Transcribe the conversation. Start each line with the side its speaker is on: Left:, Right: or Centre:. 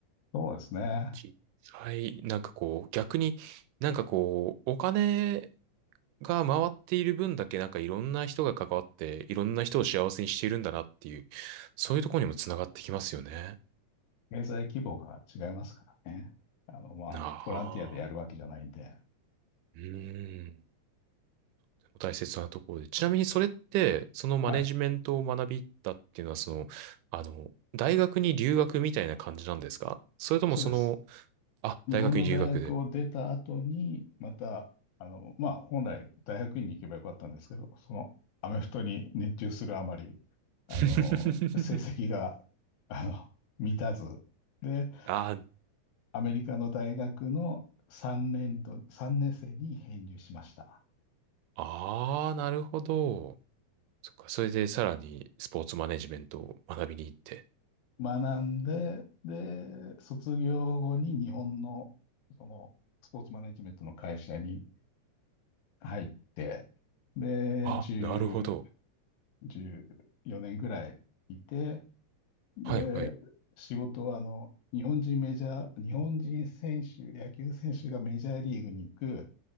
Left: そうですね。
Right: 実際、なんかこう、逆になんかこう、お金が回っている分だけなんかいろんな人が関わっていろんな人を幸せにしているんだなっていう、そういうところにもつながってきますよね。
Left: 経済規模が違いますからね。あの、まあ、
Right: なあ、
Left: ボランティアでやるわけじゃないんで。
Right: うーん。とても大切なところで。ちなみにそれって、そのマネジメントを学びたっていうのは、
Left: はい。
Right: その、あの、大学に留学みたいな感じなんですかそれともその、
Left: そうです。
Right: あ、
Left: 日本の大学を出た後に、
Right: 大学に留学で。
Left: また、あの、まあ、本来大学院に行けばよかったんですけど、そのアメフトに熱中するあまり、あの、
Right: <laughs>
Left: 成績が、あの、満たず、で、
Right: あー
Left: アメリカの大学の3年度、3年生に編入しました。
Right: あー、なるほど。そっか、それでさらにスポーツマネジメントを学びに行って。
Left: 学んで、で、卒業後に日本の、その、スポーツマネジメントの会社に入って、で、
Right: あ、
Left: じゅ
Right: なるほど。
Left: う14年ぐらいいて、で、
Right: はいはい。
Left: 仕事はあの、日本人メジャー、日本人選手、野球選手がメジャーリーグに行く